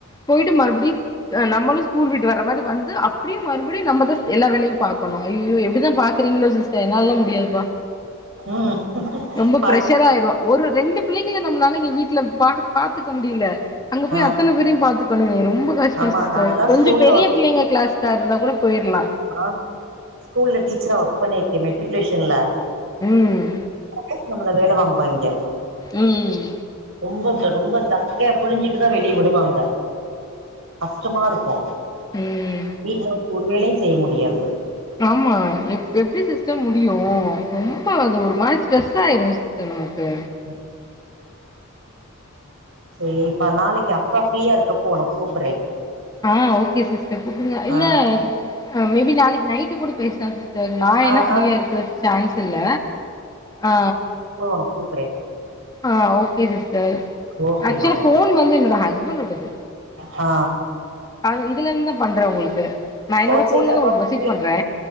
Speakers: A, on the left; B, on the right.
A: போயிட்டு மறுபடியு அ நம்மளு ஸ்கூல் விட்டு வர மாரி வந் து அப்டியு மறுபடியு நம்மதா சிஸ் எல்லா வேலையு பாக்கணு ஐய்யயோ எப்டிதா பாக்குறீங்களோ சிஸ் என்னால்லா முடியாதுப்பா
B: ம்
A: ரொம்ப
B: பழகி
A: பிரஷர் ஆயிரோ ஒரு ரெண்டு பிள்ளைங்கள நம்மளால இங்க வீட்ல பாக் பாத்துக்க முடில அங்க போய்
B: ஆ
A: அத்தன பேரையு பாத்துக் கணுமே ரொம்ப கஷ்டோ
B: ஆமா
A: சிஸ்டர்
B: நாங்கல்லா
A: கொஞ்ச
B: ஸ்கூல்ல
A: பெரிய பிள்ளைங்க கிளாஸா இருந்தா கூட போயிர்லா
B: ஆ ஸ்கூல்ல டீச்சரா ஒர்க் பண்ணியிருக்கே மெட்ரிகுலேஷன்ல
A: ம்
B: <unintelligible> நம்மள வேல வாங்குவாய்ங்க
A: ம் ம்
B: ரொம்ப ரொம்ப சக்கையா புழிஞ்சுட்டுதா வெளியே விடுவாங்க கஷ்டமா இருக்கு
A: ம்
B: வீட்ல வந்து ஒரு வேலையு செய்ய முடியாது
A: ஆமா எப் எப்படி சிஸ்டர் முடியு ரொம்ப அது ஒரு மாரி ஸ்ட்ரெஸ்ஸாயிரு சிஸ்டர் நமக்கு
B: ம் சேரிப்பா நாளைக்கு அக்கா ஃப்ரீயா இருக்கப்ப ஒன்னுக்கு கூப்பறே
A: ஆ ஓகே சிஸ்டர் கூப்டுங்க இல்ல
B: ஆ
A: அ மேபி நாளைக்கு நைட்டு கூட பேஸ்லா சிஸ் டர் நா ஏனா
B: ஆ
A: ஃப்ரீயா
B: ஆ
A: இருக்குறக்கு சான்ஸ் இல்ல அ
B: போ ஒனக் கூப்புறே
A: ஆ ஓகே சிஸ்டர்
B: ஓகேமா
A: ஆக்சுவலா
B: ஓகே
A: போன் வந்து என்னோட ஹஸ்பண்டோடது
B: ஆ
A: அது இதுல இருந்தா பண்றே உங்களுக்கு நா என்னோட
B: ஓ
A: போன்ல
B: சேரி
A: இருந்து
B: அப்ப
A: உங்களுக்கு மெசேஜ்
B: நைட்
A: பண்றே